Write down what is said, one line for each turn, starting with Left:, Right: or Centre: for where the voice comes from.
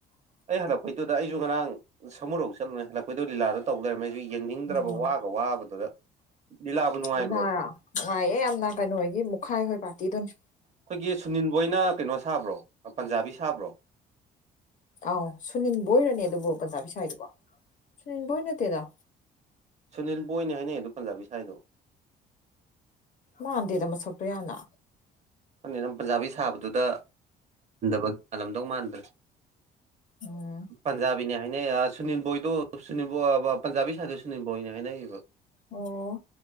Right: ꯑꯩ ꯍꯜꯂꯛꯄꯩꯗꯨꯗ ꯑꯩꯖꯨ ꯉꯔꯥꯡ ꯁꯃꯨꯔꯧ ꯆꯠꯂꯨꯨꯔꯦ ꯍꯜꯂꯛꯄꯩꯗꯨ ꯂꯤꯂꯥꯗꯣ ꯇꯧ ꯂꯩꯔꯝꯃꯦ ꯑꯩꯖꯨ ꯌꯦ ꯌꯦꯡꯅꯤꯡꯗ꯭ꯔꯕ
Left: ꯎꯝ
Right: ꯋꯥꯒ ꯋꯥꯕꯗꯨꯗ ꯂꯤꯂꯥꯕꯨ ꯅꯨꯡꯉꯥꯏꯕ꯭ꯔꯣ
Left: ꯂꯤꯂꯥꯔꯣ ꯅꯨꯡꯉꯥꯏꯌꯦ ꯌꯥꯝꯅ ꯀꯩꯅꯣ ꯍꯣꯏꯒꯤ ꯃꯨꯈꯥꯏ ꯍꯣꯏ ꯄꯥꯔꯇꯤꯗꯨꯅꯦ
Right: ꯑꯈꯣꯏꯒꯤ ꯁꯨꯅꯤꯟꯕꯣꯏꯅ ꯀꯩꯅꯣ ꯁꯥꯕ꯭ꯔꯣ ꯑ ꯄꯟꯖꯥꯕꯤ ꯁꯥꯕ꯭ꯔꯣ
Left: ꯑꯥꯎ ꯁꯨꯅꯤꯟꯕꯣꯏꯔꯅꯦ ꯑꯗꯨꯕꯨ ꯄꯟꯖꯥꯕꯤ ꯁꯥꯏꯗꯨꯕꯣ ꯁꯨꯅꯤꯟꯕꯣꯏ ꯅꯠꯇꯦꯗ
Right: ꯁꯨꯅꯤꯜ ꯕꯣꯏꯅꯦ ꯍꯥꯏꯅꯩꯌꯦ ꯑꯗꯨ ꯄꯟꯖꯥꯕꯤ ꯁꯥꯏꯗꯣ
Left: ꯃꯥꯟꯗꯦꯗ ꯃꯁꯛꯇꯣ ꯌꯥꯝꯅ
Right: ꯈꯪꯗꯦꯗ ꯄꯟꯖꯥꯕꯤ ꯁꯥꯕꯗꯨꯗ ꯍꯟꯗꯕ ꯄꯜꯂꯝꯗꯧ ꯃꯥꯟꯗ꯭ꯔꯦ
Left: ꯎꯝ
Right: ꯄꯟꯖꯥꯕꯤꯅꯦ ꯍꯥꯏꯅꯩꯌꯦ ꯑꯥꯁ ꯁꯨꯅꯤꯟ ꯕꯣꯏꯗꯣ ꯁꯨꯅꯤꯕꯣꯑꯥꯕ ꯄꯟꯖꯥꯕꯤ ꯁꯥꯏꯗꯣ ꯁꯨꯅꯤꯟ ꯕꯣꯏꯅꯦ ꯍꯥꯏꯅꯩꯌꯦꯕ
Left: ꯑꯣ